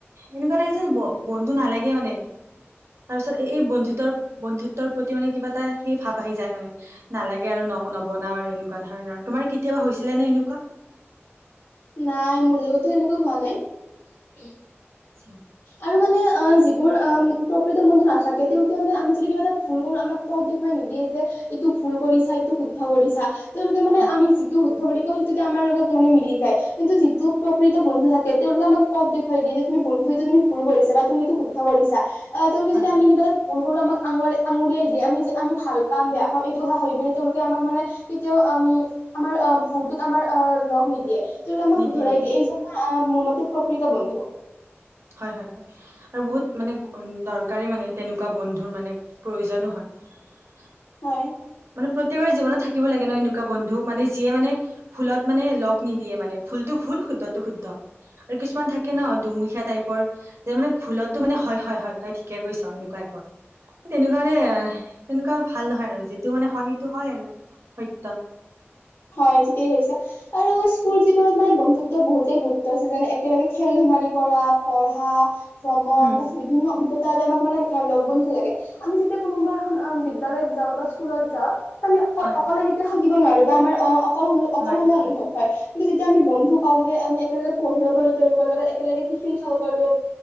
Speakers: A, on the right; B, on the left.
A: এনেকুৱা লাগে যে ব। বন্ধু নালাগে মানে তাৰপিছত এই-এই বন্ধুত্ব-বন্ধুত্বৰ প্ৰতি মানে কিবা এটা সেই ভাৱ আহি যায় মানে। নালাগে আৰু নক, নবনাও আৰু এনেকুৱা ধৰণৰ তোমাৰ কেতিয়াবা হৈছিলে নে এনেকুৱা?
B: নাই, মোৰ লগতটো এনেকুৱা হোৱা নাই।
A: আচ্ছা।
B: আৰু মানে অ, যিবোৰ অ, প্ৰকৃত বন্ধু নাথাকে তেওঁলোকে মানে আমি যদি কিবা এটা ভুল কৰো আমাক পথ দেখুৱাই নিদিয়ে যে, এইটো ভুল কৰিছা ঐইটো শুদ্ধ কৰিছা তেওঁলোকে মানে,
A: হয়
B: আমি যিটো শুদ্ধ বুলি সিটোতে আমাৰ লগত মানে মিলি যায়। কিন্তু যিটো প্ৰকৃত বন্ধু থাকে তেওঁলোকে আমাক পথ দেখুৱাই দিয়ে যে তুমি বন্ধু এইটো তুমি ভুল কৰিছা বা তুমি এইটো শুদ্ধ কৰিছা অহ, তেওঁলোকে
A: হয়
B: যদি
A: হয়
B: আমি কিবা এটা ভুল আমাক আঙুয়ালি-আঙুলিয়াই দিয়ে আমি যে আমি ভাল পাম, বেয়া পাম এইটো কথা ভাবি পিনে তেওঁলোকে আমাক মানে কেতিয়াও উম আমাৰ ভুলটোত আমাৰ আ লগ নিদিয়ে ত আমাক
A: নিদিয়ে
B: শুধৰাই
A: নিদিয়ে
B: দিয়ে এই যে মোৰ মতে প্ৰকৃত বন্ধু
A: হয়, হয়, হয় আৰু বহুত মানে দৰকাৰী মানে তেনেকুৱা বন্ধুৰ মানে প্ৰয়োজনো হয়
B: হয়
A: মানে প্ৰত্যেকৰে জীৱনত থাকিব লাগে ন এনেকুৱা বন্ধু। মানে, যিয়ে মানে ভুলত মানে লগ নিদিয়ে মানে ভুলতো ভুল, শুদ্ধটো শুদ্ধ আৰু কিছুমান থাকে ন, দুমুখীয়া টাইপৰ যে মানে ভুলতো মানে হয়, হয়, হয়, তই ঠিকে কৈছ' এনেকুৱা তাইপৰ তেনেকুৱা মানে, তেনেকুৱা ভাল নহয় আৰু টো মানে হয়টো হয় আৰু সত্য
B: হয়, ঠিকেই কৈছা আৰু স্কুল জীৱনত মানে বন্ধুত্বৰ বহুতেই গুৰুত্ব আছে। যেনে একেলগে খেল ধেমালি কৰা, পঢ়া ভ্ৰমন
A: হম
B: তাৰ পাছত বিভিন্ন ত তাত আমাক মানে লগ বন্ধু লাগে, আমি যেতিয়া কোনোবা এখন অ, বিদ্যালয়ত যাওঁ বা স্কুলত যাওঁ আমি অকল
A: হয়
B: -অকলে কেতিয়া খা কিব' নোৱাৰো বা, আমাৰ অ, অ অকল
A: নোৱাৰো
B: অকলশৰীয়া
A: নোৱাৰো
B: অনুভৱ হয় কিন্তু যেতিয়া আমি বন্ধু পাওঁ তেতিয়া আমি একেলগে পঢ়িব পাৰো তেওঁলোকৰ লগত একেলগে টিফিন খাব পাৰো